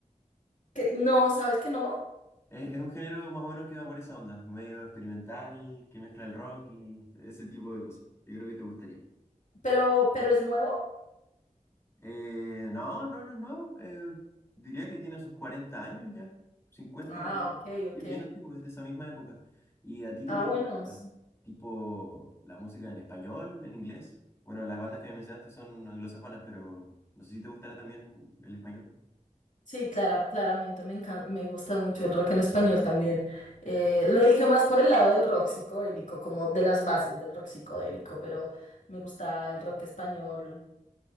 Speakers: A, on the left; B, on the left.
A: ¿Que no, sabes que no?
B: Es, es un género más o menos que va por esa onda, medio experimental, que mezcla el rock y ese tipo de cosas. Yo creo que te gustaría.
A: ¿Pero, pero es nuevo?
B: Eh, no, no, no es nuevo. eh, diría que tiene sus 40 años ya. cincuenta
A: Ah,
B: 40.
A: ok, ok.
B: Y es bien antiguo, es de esa misma época. ¿Y a ti
A: Ah,
B: te gusta
A: bueno. s-
B: la- tipo la música en español, en inglés? Bueno, las bandas que me mencionaste son anglosajonas, pero no sé si te gustará también el español.
A: Sí, claro, claramente me encanta, me gusta mucho el rock en español también. Eh, lo dije más por el lado del rock psicodélico, como de las bases del rock psicodélico, pero me gusta el rock español